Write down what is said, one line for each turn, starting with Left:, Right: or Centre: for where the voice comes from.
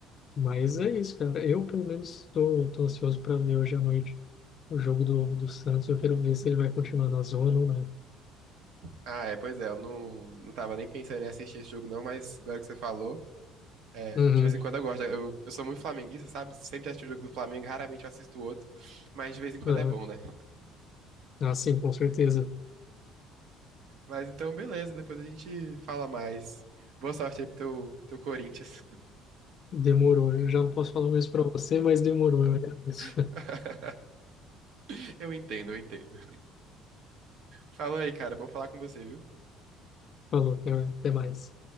Left: Mas é isso, cara. Eu, pelo menos, tô, tô ansioso para ver hoje à noite o jogo do, do Santos. Eu quero ver se ele vai continuar na zona ou não.
Right: Ah, é, pois é, eu não, não tava nem pensando em assistir esse jogo não, mas agora que você falou, é,
Left: Uhum.
Right: de vez em quando eu gosto. Eu, eu sou muito flamenguista, sabe? Sempre assisto o jogo do Flamengo, raramente eu assisto o outro, mas de vez em quando
Left: É,
Right: é bom, né?
Left: ah, sim, com certeza.
Right: Mas então, beleza, depois a gente fala mais. Boa sorte aí pro teu, teu Corinthians.
Left: Demorou. Eu já não posso falar o mesmo para você, mas demorou. Eu agradeço.
Right: <laughs>
Left: <laughs>
Right: Eu entendo, eu entendo. Falou aí, cara. Bom falar com você, viu?
Left: Falou, até, até mais.